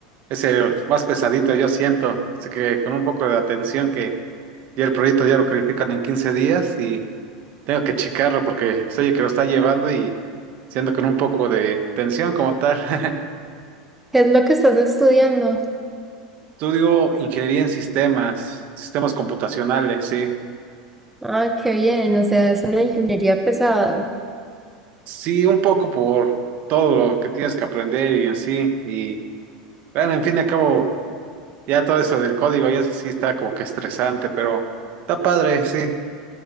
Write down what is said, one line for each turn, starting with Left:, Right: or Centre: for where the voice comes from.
Right: es el más pesadito, yo siento. Así que con un poco de atención que ya el proyecto ya lo califican en 15 días y tengo que checarlo porque soy el que lo está llevando y siendo con un poco de tensión como tal. <laughs>
Centre: ¿Qué es lo que estás estudiando?
Right: Estudio ingeniería en sistemas, sistemas computacionales, sí.
Centre: Ah, qué bien. O sea, es una ingeniería pesada.
Right: Sí, un poco por todo lo que tienes que aprender y en sí. Y bueno, en fin y al cabo. Ya todo eso del código, y eso sí está como que estresante, pero está padre, sí.